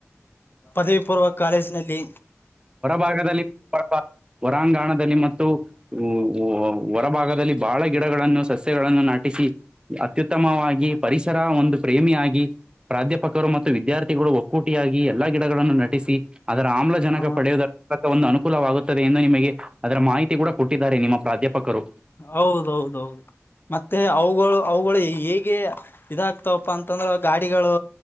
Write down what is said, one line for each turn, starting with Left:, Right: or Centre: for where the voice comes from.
Left: ಪದವಿ ಪೂರ್ವ ಕಾಲೇಜನಲ್ಲಿ
Right: ಭಾಗದಲ್ಲಿ ಹೊರಾಂಗಣದಲ್ಲಿ ಮತ್ತು ಹ ಹೊರಭಾಗದಲ್ಲಿ ಬಹಳ ಗಿಡಗಳನ್ನು ಸಸ್ಯಗಳನ್ನು ನಾಟಿಸಿ ಅತ್ಯುತ್ತಮವಾಗಿ ಪರಿಸರ ಒಂದು ಪ್ರೇಮಿಯಾಗಿ ಪ್ರಾಧ್ಯಾಪಕರು ಮತ್ತು ವಿದ್ಯಾರ್ಥಿಗಳು ಒಕ್ಕೂಟಿಯಾಗಿ ಎಲ್ಲ ಗಿಡಗಳನ್ನು ನಟಿಸಿ ಅದರ ಆಮ್ಲಜನಕ
Left: ಹ
Right: ಪಡೆಯುವುದರ ಒಂದು ಅನುಕೂಲವಾಗುತ್ತದೆ ಎಂದು ನಿಮಗೆ ಅದರ ಮಾಹಿತಿ ಕೂಡ ಕೊಟ್ಟಿದ್ದಾರೆ ನಿಮ್ಮ ಪ್ರಾಧ್ಯಾಪಕರು
Left: ಹೌದೌದೌದು ಮತ್ತೆ ಅವುಗಳು ಅವುಗಳು ಹೇಗೆ ಇದಾಗ್ತವಪ್ಪಾ ಅಂತಂದ್ರ ಗಾಡಿಗಳು